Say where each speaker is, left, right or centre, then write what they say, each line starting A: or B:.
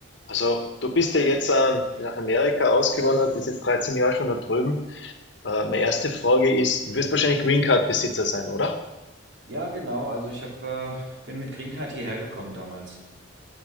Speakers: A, on the left; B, on the right.
A: Also, du bist ja jetzt äh, nach Amerika ausgewandert, bist jetzt 13 Jahre schon da drüben. Äh, meine erste Frage ist, du wirst wahrscheinlich Green Card Besitzer sein, oder?
B: Ja, genau. Also ich hab, äh, bin mit Green Card hierher gekommen damals.